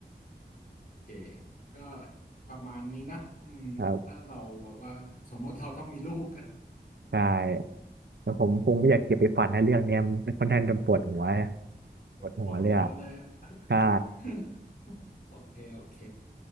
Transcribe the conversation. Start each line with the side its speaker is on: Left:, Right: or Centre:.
Left: โอเคก็ประมาณนี้นะอืมถ้าเราแบบว่าสมมติเราต้องมีลูก
Right: ครับใช่ แต่ผมคงไม่อยากเก็บไปฝันในะเรื่องเนี้ยมันค่อนข้างจะปวดหัว
Left: อืม
Right: ปวดหัวเลยอ่ะ
Left: ปวดหัวเลย
Right: ใช่
Left: <laughs> โอเคโอเค